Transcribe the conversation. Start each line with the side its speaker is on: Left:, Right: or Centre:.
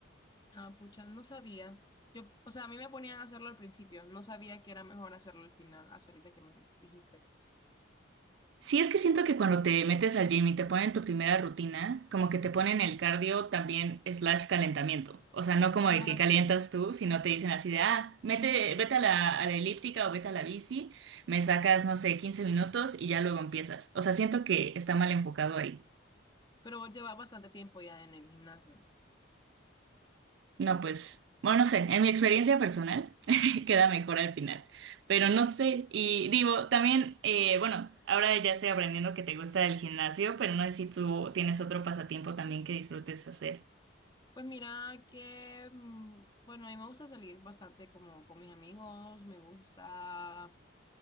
Left: Ah, pucha, no sabía. Yo, o sea, a mí me ponían a hacerlo al principio, no sabía que era mejor hacerlo al final, hasta ahorita que me dijiste.
Right: Sí, es que siento que cuando te metes al gym y te ponen tu primera rutina, como que te ponen el cardio también slash calentamiento. O sea, no como
Left: Ajá,
Right: de que calientas
Left: sí.
Right: tú, sino te dicen así de, ah, mete, vete a la, a la elíptica o vete a la bici, me sacas, no sé, 15 minutos y ya luego empiezas. O sea, siento que está mal enfocado ahí.
Left: Pero vos llevas bastante tiempo ya en el gimnasio.
Right: No, pues, bueno, no sé, en mi experiencia personal <laughs> queda mejor al final, pero no sé, y digo, también, eh, bueno, ahora ya estoy aprendiendo que te gusta el gimnasio, pero no sé si tú tienes otro pasatiempo también que disfrutes hacer.
Left: Pues mira que, mm, bueno, a mí me gusta salir bastante como con mis amigos, me gusta...